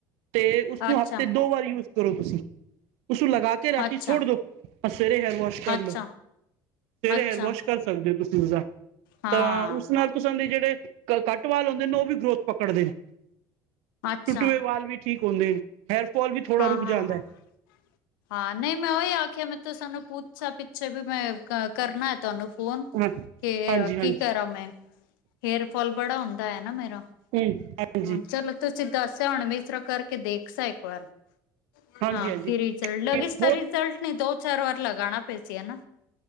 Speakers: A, on the right (about 65°); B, on the left (about 75°).
A: ਤੇ ਉਸਨੂੰ
B: ਅੱਛਾ
A: ਹਫ਼ਤੇ ਦੋ ਵਾਰ ਯੂਜ ਕਰੋ ਤੁਸੀਂ। ਉਸਨੂੰ ਲਗਾ ਰਾਤੀ
B: ਅੱਛਾ
A: ਛੋੜ ਦੋ, ਪਰ ਸਵੇਰੇ ਹੇਅਰ ਵੋਸ਼ ਕਰ
B: ਅੱਛਾ
A: ਲੋ, ਸਵੇਰੇ
B: ਅੱਛਾ
A: ਹਅਰ ਵੋਸ਼ ਕਰ ਕਰ ਸਕਦੇ ਓ ਤੁਸੀਂ ਉਸਦਾ
B: ਹਾਂ
A: ਤਾਂ ਉਸ ਨਾਲ ਤੁਸਾਂ ਦੇ ਜਿਹੜੇ ਕੱਟ ਵਾਲ ਹੁੰਦੇ ਨੇ, ਉਹ ਵੀ ਗਰੋਥ ਪਕੜਦੇ ਨੇ‌।
B: ਅੱਛਾ
A: ਟੁੱਟੇ ਹੋਏ ਵਾਲ ਵੀ ਠੀਕ ਹੁੰਦੇ ਨੇ। ਹੇਅਰਫੋਲ ਵੀ ਥੋੜ੍ਹਾ
B: ਹਾਂ
A: ਰੁਕ
B: ਹਾਂ
A: ਜਾਂਦੈ।
B: ਹਾਂ ਹਾਂ, ਨਈ ਮੈਂ ਓਹੀ ਆਖਿਆ ਮੈਂ ਤੁਸਾਂ ਨੂੰ ਪੁੱਛਾ, ਪਿੱਛੇ ਵੀ ਮੈਂ ਕਰ ਕਰਨਾ ਐ ਤੁਹਾਨੂੰ ਫੋਨ।
A: ਹੈ
B: ਕੇ
A: ਹਾਂਜੀ ਹਾਂਜੀ
B: ਕੀ ਕਰਾਂ? ਮੈਂ ਹੇਅਰ ਫਾਲ ਬੜਾ ਹੁੰਦਾ ਐ ਨਾ ਮੇਰਾ।
A: ਹੈਜੀ
B: ਹਾਂ ਚਲੋ ਤੁਸੀਂ ਦੱਸਿਆ ਹੁਣ ਵੀ ਇਸ ਤਰ੍ਹਾਂ ਕਰਕੇ ਦੇਖ ਸਾ ਇੱਕ ਵਾਰ,
A: ਹਾਂਜੀ
B: ਹਾਂ
A: ਹਾਂਜੀ
B: ਫਿਰ <unintelligible> ਰਿਜ਼ਲਟ
A: ਬਹੁਤ
B: ਨਹੀਂ ਦੋ-ਚਾਰ ਵਾਰ ਲਗਾਣਾ ਪਈ ਸੀ ਹਨਾਂ।